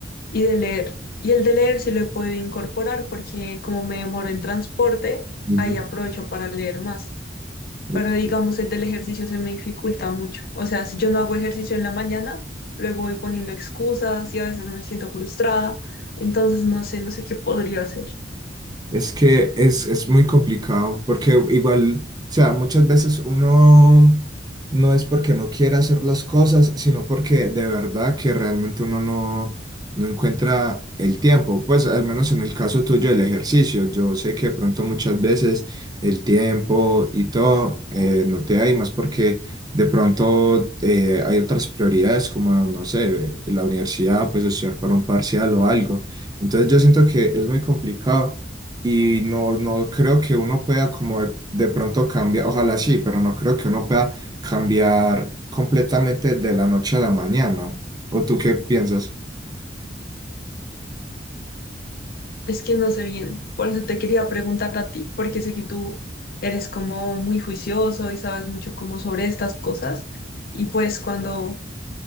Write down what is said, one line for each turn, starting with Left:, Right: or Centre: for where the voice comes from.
Left: y de leer. Y el de leer sí lo he podido incorporar porque como me demoro en transporte,
Right: Ujú,
Left: ahí aprovecho para leer más.
Right: ok.
Left: pero digamos el del ejercicio se me dificulta mucho. O sea, si yo no hago ejercicio en la mañana, luego voy poniendo excusas y a veces me siento frustrada. Entonces no sé, no sé qué podría hacer.
Right: Es que es, es muy complicado, porque igual, o sea, muchas veces uno no es porque no quiera hacer las cosas, sino porque de verdad que realmente uno no, no encuentra el tiempo. Pues al menos en el caso tuyo del ejercicio, yo sé que de pronto muchas veces el tiempo y todo eh, no te hay más porque de pronto eh, hay otras prioridades como, no sé, la universidad, pues estudiar para un parcial o algo. Entonces yo siento que es muy complicado. Y no, no creo que uno pueda como de, de pronto cambiar, ojalá sí, pero no creo que uno pueda cambiar completamente de la noche a la mañana. ¿O tú qué piensas?
Left: Es que no sé bien. Por eso te quería preguntar a ti, porque sé que tú eres como muy juicioso y sabes mucho como sobre estas cosas. Y pues cuando,